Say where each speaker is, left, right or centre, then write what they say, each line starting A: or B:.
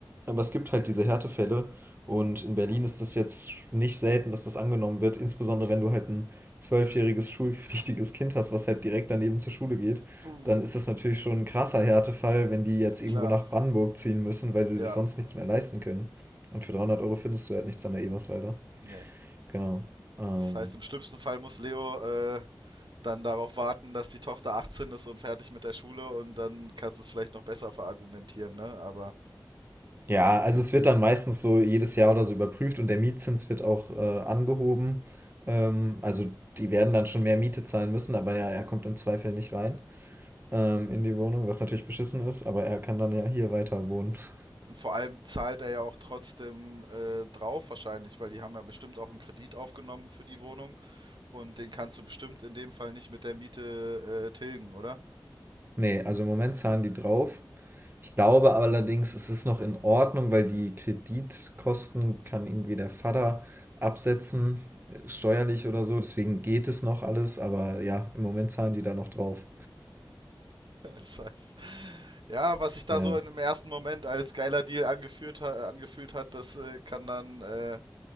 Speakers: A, on the right; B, on the right.
A: Aber es gibt halt diese Härtefälle und in Berlin ist das jetzt nicht selten, dass das angenommen wird, insbesondere wenn du halt ein zwölfjähriges schulpflichtiges Kind hast, was halt direkt daneben zur Schule geht,
B: Uh,
A: dann ist das natürlich schon ein krasser Härtefall, wenn die jetzt irgendwo
B: klar.
A: nach Brandenburg ziehen müssen, weil sie
B: Ja,
A: sich sonst nichts mehr leisten können. Und für 300 Euro findest du halt nichts an der Eberswalder.
B: nee.
A: Genau. Ähm,
B: Das heißt, im schlimmsten Fall muss Leo äh, dann darauf warten, dass die Tochter 18 ist und fertig mit der Schule und dann kannst du es vielleicht noch besser verargumentieren, ne? Aber
A: Ja, also es wird dann meistens so jedes Jahr oder so überprüft und der Mietzins wird auch äh, angehoben. Ähm, also die werden dann schon mehr Miete zahlen müssen, aber ja, er kommt im Zweifel nicht rein ähm, in die Wohnung, was natürlich beschissen ist, aber er kann dann ja hier weiter wohnen. <laughs>
B: und vor allem zahlt er ja auch trotzdem äh, drauf wahrscheinlich, weil die haben ja bestimmt auch einen Kredit aufgenommen für die Wohnung Und den kannst du bestimmt in dem Fall nicht mit der Miete äh, tilgen, oder?
A: Nee, also im Moment zahlen die drauf. Ich glaube allerdings, es ist noch in Ordnung, weil die Kreditkosten kann irgendwie der Vater absetzen, äh, steuerlich oder so. Deswegen geht es noch alles, aber ja, im Moment zahlen die da noch drauf.
B: <laughs> Scheiße. Ja, was sich da
A: Ja.
B: so im ersten Moment als geiler Deal angeführt ha angefühlt hat, das äh, kann dann äh, äh,